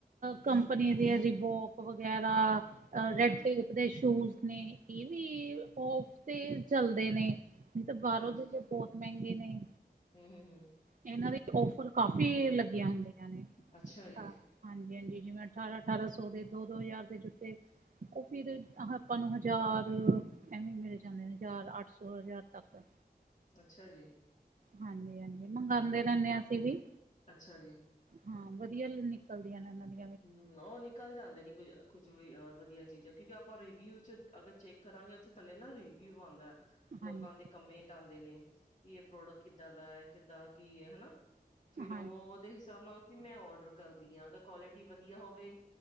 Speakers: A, on the right; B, on the left.
A: ਕੰਪਨੀ ਦੇ ਰਿਬੋਕ ਵਗੈਰਾ
B: ਹਾਂਜੀ
A: ਰੈਡ ਟੇਪ ਦੇ ਸ਼ੂਜ ਨੇ, ਇਹ ਵੀ ਔਫ ਤੇ ਚੱਲਦੇ ਨੇ ਨਹੀਂ ਤਾਂ, ਬਾਹਰੋਂ
B: ਹਾਂਜੀ
A: ਦੇ ਤੇ ਬਹੁਤ ਮਹਿੰਗੇ ਨੇ।
B: ਹਮ ਹਮ ਹਮ
A: ਇਹਨਾਂ ਦੇ ਓਫਰ ਕਾਫੀ ਲੱਗੀਆਂ ਹੁੰਦੀਆਂ ਨੇ,
B: ਅੱਛਾ ਜੀ
A: ਹਾਂ ਹਾਂਜੀ, ਹਾਂਜੀ ਜਿਵੇਂ ਅਠਾਰਾਂ-ਅਠਾਰਾਂ ਸੌ ਦੇ, ਦੋ-ਦੋ ਹਜ਼ਾਰ ਦੇ ਜੁੱਤੇ ਉਹ ਫਿਰ, ਆਪਾਂ ਨੂੰ ਹਜ਼ਾਰ ਐਵੇਂ ਮਿਲ ਜਾਂਦੇ ਨੇ, ਹਜ਼ਾਰ, ਅੱਠ ਸੌ- ਹਜ਼ਾਰ ਤੱਕ।
B: ਅੱਛਾ ਜੀ।
A: ਹਾਂਜੀ, ਹਾਂਜੀ ਮੰਗਾਂਦੇ
B: ਹਮ
A: ਰਹਿੰਦੇ ਅਸੀਂ ਵੀ।
B: ਅੱਛਾ ਜੀ
A: ਹਾਂ, ਵਧੀਆ ਨਿਕਲਦੀਆਂ ਨੇ ਇਹਨਾਂ ਦੀ
B: ਹਮ, ਉਹ ਨਿਕ ਨਿਕਲ ਜਾਂਦੇ ਕੁਝ, ਕੁੱਝ ਵੀ ਵਧੀਆ ਚੀਜ਼ ਐ। ਕਿਉਂਕਿ ਆਪਾਂ ਰਿਵਿਊ 'ਚ ਅਗਰ ਚੈੱਕ ਕਰਾਂਗੇ ਉੱਥੇ ਥੱਲੇ ਨਾ ਰਿਵਿਊ ਆਂਦਾ, ਲੋਕਾਂ
A: ਹਾਂਜੀ
B: ਦੇ ਕਮੇਂਟ ਆਂਉਦੇ ਨੇ। ਕਿ ਏ ਪ੍ਰੋਡਕਟ ਕਿੱਦਾਂ ਦਾ ਐ, ਕਿੱਦਾਂ ਕੀ ਏ ਹਨਾ ਫਿਰ
A: ਹਾਂ
B: ਵੋ ਦੇ ਹਿਸਾਬ ਨਾਲ ਕਿ ਮੈਂ ਔਡਰ ਕਰਦੀ ਆ ਅਗਰ ਕੌਲਟੀ ਵਧੀਆ ਹੋਵੇ